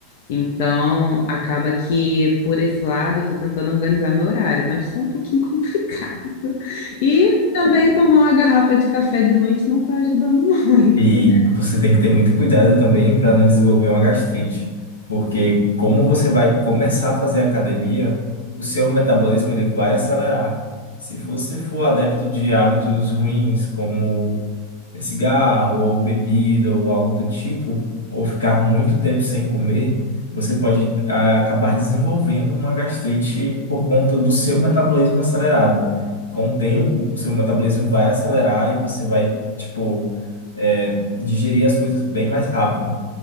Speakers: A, on the left; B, on the left.
A: Então, acaba que por esse lado eu tô tentando organizar meu horário, mas tá um pouquinho <laughs> complicado. E também tomar uma garrafa de café de noite não tá ajudando muito,
B: E
A: né?
B: você tem que ter muito cuidado também para não desenvolver uma gastrite, porque como você vai começar a fazer academia, o seu metabolismo ele vai acelerar. Se você for adepto de hábitos ruins, como é cigarro ou bebida ou algo do tipo, ou ficar muito tempo sem comer, você pode ah, acabar desenvolvendo uma gastrite por conta do seu metabolismo acelerado. Com o tempo,
A: O,
B: o seu metabolismo vai acelerar e você vai, tipo, eh, digerir as coisas bem mais rápido.